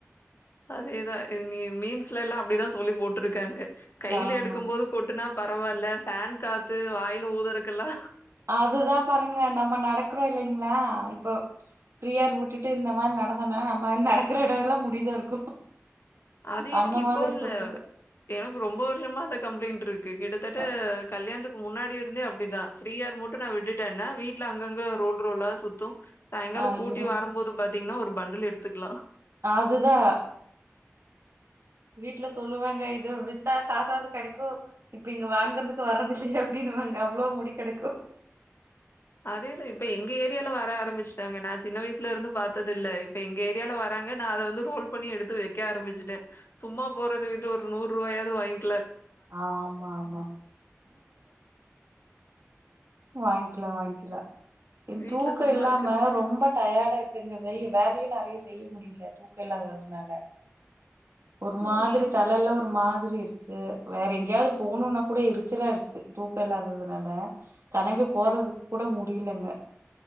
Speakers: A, on the left; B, on the right.
A: அதேதான் நீ மீன்ஸ்ல எல்லாம் அப்படிதான் சொல்லி போட்டுருக்காங்க கையில
B: ஆமா
A: எடுக்கும் போது கொட்டுனா பரவாயில்ல ஃபேன் காத்து வாயில ஊதுறக்கெல்லா
B: அதுதான் பாருங்க நம்ம நடக்கறோம் இல்லைங்களா இப்ப ஃப்ரீயா விட்டுட்டு இந்த மாரி நடந்தோம்னா நம்ம வந்து நடக்கற இடம் எல்லாம் முடித இருக்கு
A: அது எனக்கு
B: அந்த
A: இப்போ
B: மாதிரி
A: இல்ல
B: கொட்டுது
A: எனக்கு ரொம்ப வருஷமா அந்த கம்ப்ளைண்டட் இருக்கு கிட்டத்தட்ட
B: அ
A: கல்யாணத்துக் முன்னாடி இருந்தே அப்படிதான் ஃப்ரீயா இரு மட்டும் நா விட்டுட்டே என்ன வீட்டு்ல அங்கங்க ரோல் ரோலா சுத்தும் சாயங்காலம்
B: ஐயோ
A: கூட்டி வரும்போது பாத் தீங்கன்னா ஒரு பண்டல் எடுத்துக்கலாம்
B: அதுதான் வீட்ல சொல்லுவாங்க இது வித்தா காசாவது கிடைக்கும் இப்ப இங்க வாங்கறதுக்கு வர்றது இல்லையே அப்படின்னுவாங்க அவ்வளவு முடி கிடைக்கும்
A: அதேதான் இப்ப எங்க ஏரியால வர ஆரம்பிச்சுட்டாங்க நா சின்ன வயசுல இருந்து பார்த்ததில்லை இப்ப எங்க ஏரியால வராறங்க நா அத வந்து ரோல் பண்ணி எடுத்து வைக்க ஆரம்பிச்சுட்டேன் சும்மா போறது விது ஒரு நூறு ரூபாயாவது வாங்
B: ஆஹ் ஆமா ஆமா வாங்கிக்கல வாங்கிக்கல
A: வீட்ல
B: தூக்கம்
A: சும்மா
B: இல்லாம
A: இருக்கிறதுக்கு.
B: ரொம்ப டயர்டா இருக்குங்கய வய வேலையும் நெறைய செய்ய முடியல தூக்கம் இல்லாததுனால ஒரு மாதிரி
A: ஆ என்
B: தலைல்ல ஒரு மா மாதிரி இருக்கு வேற எங்கேயாவது போகணும்னா கூட எரிச்சலா இருக்கு தூக்க இல்லாததுனால தலம்பி போறதுக்கு கூட முடியலங்க